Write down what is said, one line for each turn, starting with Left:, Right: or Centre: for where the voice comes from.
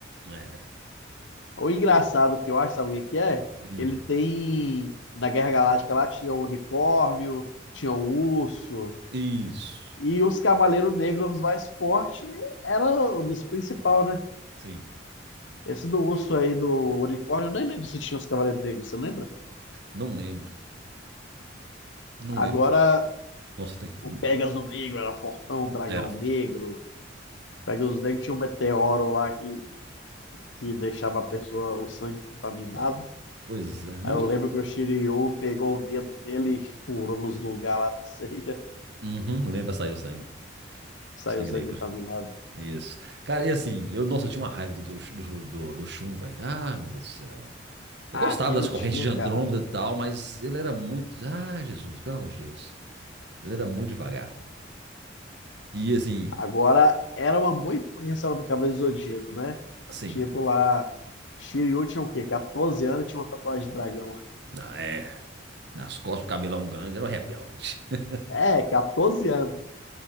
Right: É.
Left: O engraçado que eu acho, sabe o que que é?
Right: Hum.
Left: Ele tem. Na Guerra Galáctica lá tinha o unicórnio, tinha o urso.
Right: Isso.
Left: E os Cavaleiros Negros mais fortes eram dos principais, né?
Right: Sim.
Left: Esse do urso aí, do unicórnio, eu nem lembro se tinha os Cavaleiros Negros, você lembra?
Right: Não lembro. Não
Left: Agora,
Right: lembro. Nossa, tem que.
Left: o Pegasus Negro era fortão, o Dragão
Right: Era Fortão.
Left: Negro. Pegasus Negro tinha um meteoro lá que, que deixava a pessoa, o sangue contaminado.
Right: Tá. Pois é. Mo...
Left: Aí eu lembro que o Shiryu pegou o dedo dele e furou nos lugares lá do Seiya.
Right: Uhum, lembra, saiu o sangue.
Left: <laughs> Saiu
Right: O Sangue
Left: sangue
Right: negro.
Left: contaminado.
Right: Isso. Cara, e assim, eu, nossa, eu tinha uma raiva do, do, do, do, do Shun, velho. Ah, meu Deus do céu. Eu
Left: Ah,
Right: gostava
Left: aqui
Right: das
Left: não
Right: correntes
Left: tinha,
Right: de Andrômeda
Left: cara.
Right: e tal, mas ele era muito. Ah, Jesus, pelo amor de Deus. Ele era muito devagar. E assim,
Left: Agora era uma boa influência lá do Cavaleiro do Zodíaco, né?
Right: assim.
Left: Tipo lá. Shiryu tinha o quê? 14 anos e tinha uma tatuagem de dragão.
Right: ah, É Nas costas, o cabelão grande, era um rebelde. <laughs>
Left: É, 14 anos.